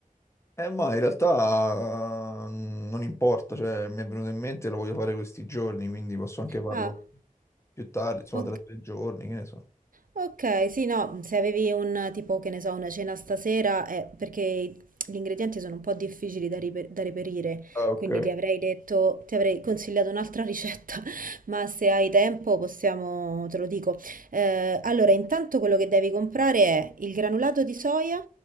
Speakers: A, on the left; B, on the right.
A: Eh, ma in realtà eh, non importa, cioè mi è venuto in mente, lo voglio fare questi giorni, quindi posso anche farlo
B: Ah,
A: più tardi, insomma
B: ok.
A: tra tre giorni, che ne so.
B: Ok, sì, no, se avevi un tipo, che ne so, una cena stasera, eh, perché i- gli ingredienti sono un po' difficili da, ripe- da reperire,
A: Ah, ok.
B: quindi ti avrei detto, ti avrei consigliato un'altra ricetta, <laughs> ma se hai tempo possiamo, te lo dico. Eh, allora, intanto quello che devi comprare è il granulato di soia.